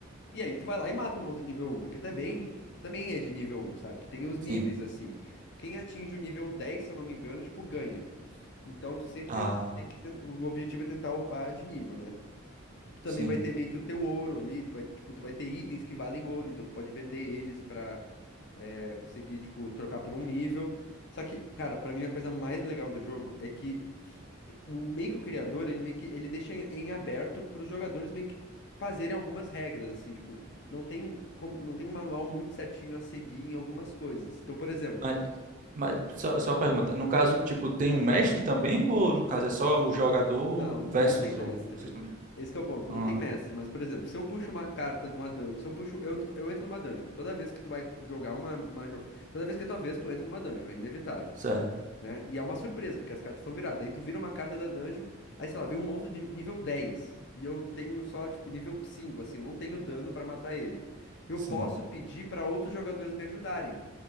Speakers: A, on the left; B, on the right.
A: E aí tu vai lá e mata o monstro de nível um, porque tu é bem, tu também é de nível um, sabe? Tu tem os níveis
B: Sim.
A: assim. Quem atinge o nível 10, se eu não me engano, tipo, ganha. Então tu sempre
B: Ah,
A: tem que ten- o objetivo é tentar upar de nível, né? Tu também
B: sim.
A: vai ter meio que o teu ouro ali, tu vai, tipo, tu vai ter itens que valem ouro, então tu pode vender eles pra é, consegui, tipo, trocar por um nível. Só que, cara, pra mim a coisa mais legal do jogo é que o meio que o criador, ele meio que ele deixa em, em aberto pros jogadores meio que fazerem algumas regras, assim, tipo, não tem como, não tem um manual muito certinho a seguir em algumas coisas. Então, por exemplo,
B: Mas, mas só, só uma pergunta. No caso, tipo, tem um mestre também? Ou no caso é só o jogador
A: não,
B: versus
A: não tem mestre.
B: o. vocês estão-
A: Esse que é o ponto, não
B: Ah,
A: tem mestre, mas, por exemplo, se eu puxo uma carta de uma dungeon, se eu puxo, eu entro, eu entro numa dungeon, toda vez que tu vai jogar uma, uma jo- toda vez que é tua vez, tu entra numa dungeon, é inevitável.
B: certo.
A: né? E é uma surpresa, porque as cartas estão viradas. Aí tu vira uma carta da dungeon, aí sei lá, vem um monstro de nível 10 E eu tenho só, tipo, nível 5 assim, eu não tenho dano pra matar ele. Eu
B: Sim.
A: posso pedir pra outros jogadores me ajudarem.